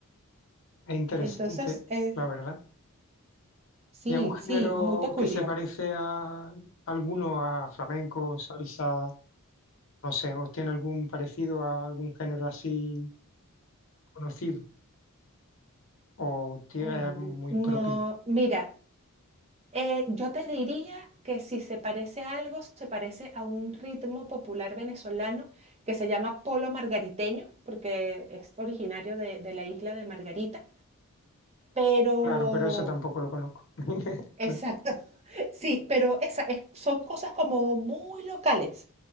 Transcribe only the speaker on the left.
Es interesante,
la verdad.
Y es un género
que se parece a alguno a flamenco, salsa, no sé, o tiene algún parecido a algún género así conocido, o tiene
muy propio.
Claro, pero eso tampoco lo conozco. <laughs>
Claro,